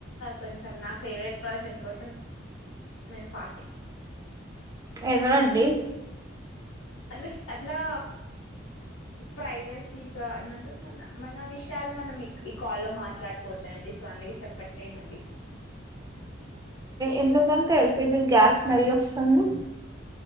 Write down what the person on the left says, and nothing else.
కొంచెం నా ఫేవరెట్ పర్సన్ కొసం నేన్ ఫాస్టింగ్
అ అట్లా ప్రైవసీగా ఏమంటారు మన మన విషయాలు మనం ఈ కాల్లో మాట్లాడుకోఅండి సో అందుకే చెప్పట్లేనుండి